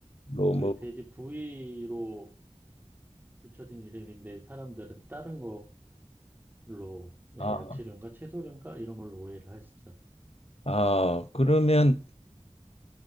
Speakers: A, on the left; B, on the right.
A: 먹.
B: 그 돼지 부위로 붙여진 이름인데, 사람들은 다른 걸로, 네,
A: 아,
B: 야채류인가 채소류인가 이런 걸로 오해를 하시죠.
A: 아, 그러면